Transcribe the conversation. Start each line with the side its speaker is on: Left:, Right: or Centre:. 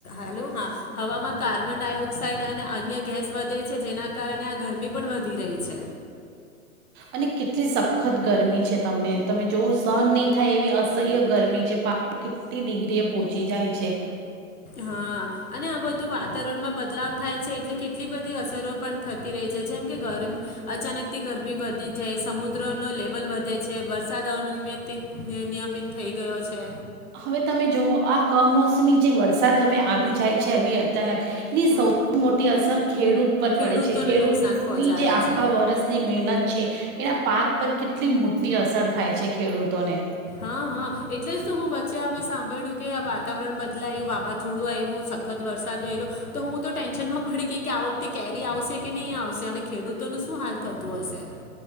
Left: હેલો. હા, હવામાં કાર્બન કાર્બન ડાયોક્સાઇડ અને અન્ય ગેસ વધે છે જેના કારણે આ ગરમી પણ વધી રહી છે.
Right: અને કેટલી સખત ગરમી છે તમને તમે જોવો સહન નહીં થાય એવી અસહ્ય ગરમી છે. પા <inaudible> કેટલી ડિગ્રી એ પોહોંચી જાય છે
Left: હા. અને આ બધું વાતાવરણમાં બદલાવ થાય છે એટલે કેટલી બધી અસરો પણ થતી રહી છે જેમ કે ગરમ અચાનકથી ગરમી વધી જાય, સમુદ્રનો લેવલ વધે છે, વરસાદ અનિયમિતથી-અનિયમિત થઈ ગયો છે.
Right: હવે તમે જોવો, આ કમોસમી જે વરસાદ હવે આવી જાય છે આવી અચાનક એની
Left: હમ
Right: સૌથી મોટી અસર ખેડૂત પર
Left: ખેડૂતોને
Right: પડે છે. ખેડૂતની
Left: નુકસાન પહોંચાડે
Right: જે આખા
Left: છે
Right: વર્ષની મહેનત છે. એના પાક પર કેટલી મોટી અસર થાય છે ખેડૂતોને.
Left: હા-હા. એટલે જ તો હું વચ્ચે અમે સાંભળ્યું કે વાતાવરણ બદલાયું, વાવાઝોડું આવ્યું, સખત વરસાદ એ રહ્યો તો હું તો ટેન્શનમાં પડી કે કે આ વખતે કેરી આવશે કે નહીં આવશે અને ખેડૂત તો એનું શું હાલ થતું હશે.